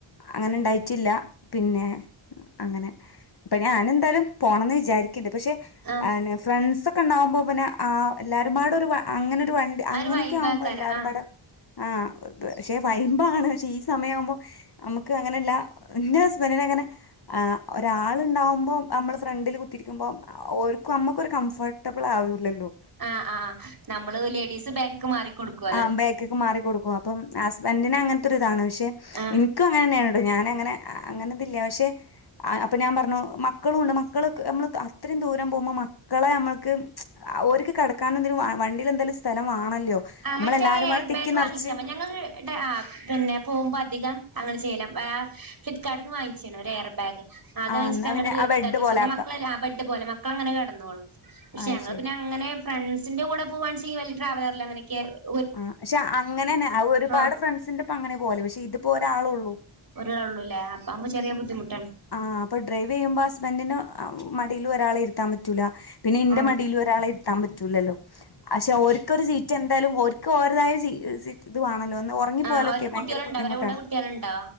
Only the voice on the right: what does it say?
ആ
ആ
ഒരു വൈബാക്കാരം
ആ
ആ ആ നമ്മള് ലേഡീസ് ബേക്ക്ക്ക് മാറിക്കൊടുക്കും
ആഹ്
ആ
മറ്റേ എയർ
ബാഗ്
വാങ്ങിച്ചാ മതി ഞങ്ങള് ടെ ആ പിന്നെ പോകുമ്പ അധികം അങ്ങനെ ചെയ്യല ആ ഫ്ലിപ്പ്കാർട്ട്ന്ന് വാങ്ങിച്ചീര്ന്ന് ഒരു എയർ ബാഗ് അത്
വാങ്ങിച്ചിട്ട്
അങ്ങട്ട്
വീർപ്പിച്ച്
താക്കിച്ചു
ന്നാ
മക്കളത് ലാഭയ് പോലെ മക്കള ങ്ങനെ കെട്ന്നോളും പക്ഷെ
ഞങ്ങൾ
പിന്നെ അങ്ങനെ ഫ്രണ്ട്സിന്റെ കൂടെ പോവാണ് ചെങ്കി വല്ല്യ ട്രാവലറില് അങ്ങനൊക്കെ <unintelligible>
ആഹ്
ഒരാള്ള്ളു ലേ അപ്പൊമ്മ് ചെറ്യേ ബുദ്ധിമുട്ടാണ്
ആഹ്
ആഹ് അവർക്ക്
കുട്ടികളുണ്ടോ
അവരെ കൂടെ കുട്ടികളുണ്ടോ